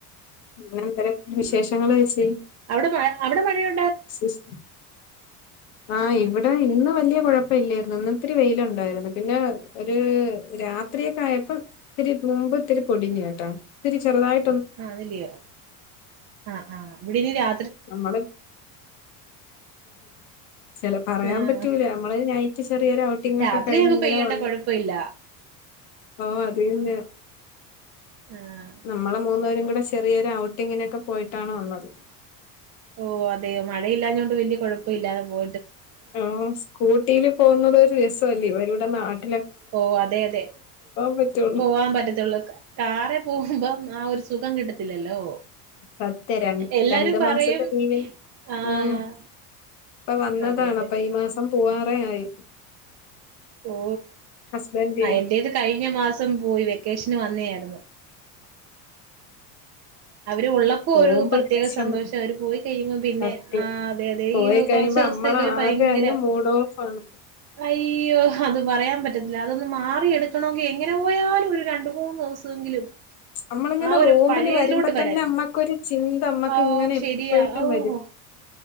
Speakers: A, on the left (about 85°); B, on the right (about 35°).
A: അങ്ങനെ എന്തെര് വിശേഷങ്ങള് ഏച്ചി
B: അവിടെ മഴ അവിടെ മഴയു
A: <unintelligible> ആ ഇവ് ഇവിടെ ഇന്ന് വലിയ കൊഴപ്പല്ലായിരുന്നു ഇന്ന് ഇത്തിരി വെയിലുണ്ടായിരുന്നു പിന്നെ ഒരു രാത്രിയൊക്കെ ആയപ്പം ഇത്തിരി മുമ്പ് ഇത്തിരി പൊടിഞ്ഞ് കേട്ടോ ഇത്തിരി ചെറുതായി
B: ആ അതില്ല്യോ ആ ആ ഇവിടിനി രാ
A: നമ്മള് ചെല പറയാൻ
B: ആഹ്
A: പറ്റൂല നമ്മള് നൈറ്റ്‌ ചെറിയൊരു ഔട്ടിങ്
B: രാത്രി
A: ഒക്കെ കഴിഞ്ഞ്
B: അങ്ങ്
A: ങ്ങനെ
B: പെയ്യട്ടെ
A: വന്ന്
B: കൊഴപ്പയില്ല
A: ഓ അതുതന്നെ
B: ആഹ്
A: നമ്മള് മൂന്ന് പേരും ഇവ്ടെ ചെറിയൊര് ഔട്ടിങ്ങിനൊക്കെ പോയിട്ടാണ് വന്നെത്.
B: ഓ അതെയോ മഴയില്ലാഞ്ഞോണ്ട് വല്ല്യ കൊഴപ്പം ഇല്ലാതെ പോ
A: ആഹ് സ്കൂട്ടിയിൽ പോവുന്നെത് ഒര് രസ അല്ലെ? വരു <unintelligible>
B: ഓ അതെ അതെ
A: പറ്റുള്ളൂ
B: പോവാൻ പറ്റത്തുള്ളൂ കാറേൽ പോകുമ്പം ആ ഒരു സുഖം കിട്ടത്തില്ലല്ലോ
A: സത്യം രണ്ട്
B: എല്ലാരും
A: രണ്ടു
B: പറയും
A: മാസത്തെ ലീവിൽ
B: ആഹ്
A: ഏഹ് ഇപ്പോ വന്നതാണപ്പോ
B: അതെ അതെ
A: ഈ മാസം പോവാറെ ആയി
B: ഓ
A: ഹസ്ബൻഡ്
B: ആ എന്റേത് കഴിഞ്ഞ മാസം പോയി വേ ക്കേഷെന് വന്നെയായ്രുന്നു. അവര് ഉള്ളപ്പോ
A: പോകുമ്പോ
B: ഒരു പ്രത്യേക
A: വിഷമം
B: സന്തോഷാ അവര് പോയി കഴിയുമ്പോ പിന്നെ
A: സത്യം
B: ആഹ് അതെ അതെ അയ്യോ
A: പോയി കഴിയുമ്പോ
B: കൊറച്ച് ദുവ്സ്ത്തേക്ക്
A: നമ്മള
B: ഒരു ഭയങ്കര
A: ആകെ അങ്ങ് മൂഡ് ഓഫ് ആണ്
B: അയ്യോ അത് പറയാം പറ്റത്തില്ല അതൊന്ന് മാറി എടുക്കണോങ്കി എങ്ങന പോയാലും ഒരു രണ്ട് മൂന്ന് ദിവസമെങ്കിലും
A: നമ്മളിങ്ങനെ
B: ആ
A: റൂമില്
B: ഒരു പഴയതിലോട്ട്
A: വരുമ്പോ തന്നെ
B: വരാൻ
A: മ്മക്കൊരു ചിന്ത മ്മക്ക്
B: ഓ
A: ഇങ്ങനെ എപ്പഴും
B: ശരിയാ ഓ
A: വരും